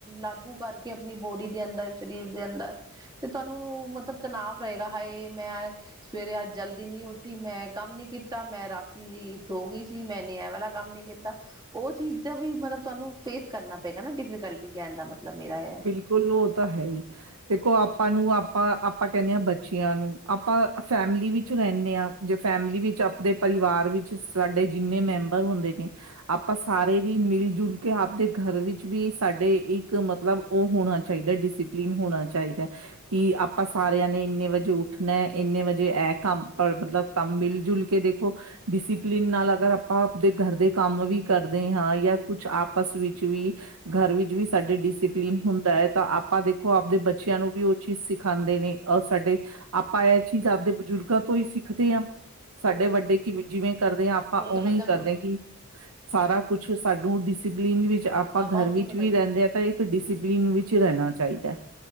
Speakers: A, on the right; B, on the right.
A: ਲਾਗੂ ਕਰਕੇ ਸੀ ਅਪਨੀ ਬੋਡੀ ਦੇ ਅੰਦਰ, ਸਰੀਰ ਦੇ ਅੰਦਰ ਤੇ ਤੁਆਨੂੰ ਮਤਲਬ ਤਨਾਵ ਰਏਗਾ ਹਾਏ! ਮੈਂ ਸਵੇਰੇ ਅੱਜ ਜਲਦੀ ਨੀ ਉੱਠੀ, ਮੈਂ ਕੰਮ ਨੀ ਕੀਤਾ, ਮੈਂ ਰਾਤੀ ਸੋ ਗਈ ਸੀ, ਮੈਂਨੇ ਐ ਵਾਲਾ ਕੰਮ ਨੀ ਕੀਤਾ। ਓ ਚੀਜ ਦਾ ਵੀ ਮਤਲਬ ਤੁਆਨੂੰ ਫੇਸ ਕਰਨਾ ਪਏਗਾ ਨਾ ਡਿਫੀਕਲਟੀ, ਕੈਣ ਦਾ ਮਤਲਬ ਮੇਰਾ ਐ।
B: ਬਿਲੁਲ, ਓ ਤਾਂ ਹੈਈ। ਦੇਖੋ, ਆਪਾਂ ਨੂੰ ਆਪਾਂ ਆਪਾਂ ਕੈਦੇ ਆਂ ਬੱਚਿਆਂ ਨੂੰ, ਆਪਾਂ ਫੈਮਿਲੀ ਵਿੱਚ ਰੈਂਦੇ ਆਂ ਜੇ ਫੈਮਲੀ ਵਿੱਚ ਅਪਣੇ ਪਰਿਵਾਰ ਵਿੱਚ ਸਾਡੇ ਜਿੰਨੇ ਮੈਂਬਰ ਹੁੰਦੇ ਨੇ ਆਪਾਂ ਸਾਰੇ ਵੀ ਮਿਲ-ਜੁਲ ਕੇ ਆਪਦੇ ਘਰ ਵਿੱਚ ਵੀ ਸਾਡੇ ਇੱਕ ਮਤਲਬ ਉਹ ਹੋਣਾ ਚਾਹੀਦਾ, ਡਿਸਿਪਲਿਨ ਹੋਣਾ ਚਾਈਦਾ। ਕਿ ਆਪਾਂ ਸਾਰਿਆਂ ਨੇ ਇੰਨੇ ਵਜੇ ਉੱਠਣਾ, ਐਨੇ ਵਜੇ ਐ ਕੰਮ ਪਰ ਮਤਲਬ ਕੰਮ ਮਿਲ ਜੁਲ ਕੇ ਦੇਖੋ ਡਿਸਿਪਲਿਨ ਨਾਲ ਅਗਰ ਆਪਾਂ ਆਪਦੇ ਗਰ ਦੇ ਕੰਮ ਵੀ ਕਰਦੇ ਆਂ ਜਾਂ ਕੁਛ ਆਪਸ ਵਿੱਚ ਵੀ ਘਰ ਵਿੱਚ ਵੀ ਸਾਡੇ ਡੀ ਸੀ ਕਲੀਨ ਹੁੰਦਾ ਆ, ਤਾਂ ਆਪਾਂ ਦੇਖੋ ਆਪਦੇ ਬੱਚਿਆਂ ਨੂੰ ਵੀ ਉਹ ਚੀਜ਼ ਸਿਖਾਉਂਦੇ ਨੇ ਅ ਸਾਡੇ ਆਪਾਂ ਐਹ ਚੀਜ਼ ਆਪਦੇ ਬਜ਼ੁਰਗਾਂ ਤੋਂ ਹੀ ਸਿੱਖਦੇ ਆਂ, ਸਾਡੇ ਵੱਡੇ ਕਿਵੇਂ ਜਿਵੇਂ ਕਰਦੇ ਆਂ, ਆਪਾਂ
A: ਹੁਣ ਤਾਂ
B: ਉਵੇਂ
A: ਬੱਚਾ
B: ਹੀ
A: ਕੋਣ
B: ਕਰਦੇ ਕਿ, ਸਾਰਾ ਕੁਛ ਸਾਨੂੰ ਡਿਸਪਲਿਨ ਵਿੱਚ ਆਪ ਆਪਾਂ
A: ਪਾਪਾਓ
B: ਘਰ ਵਿੱਚ
A: ਤੋਂ ਬਤਾਈਓ
B: ਵੀ ਰਹਿੰਦੇ ਆਂ, ਤਾਂ ਇੱਕ ਡਿਸਿਪਲਿਨ ਵਿੱਚ ਰਹਿਣਾ ਚਾਹੀਦਾ।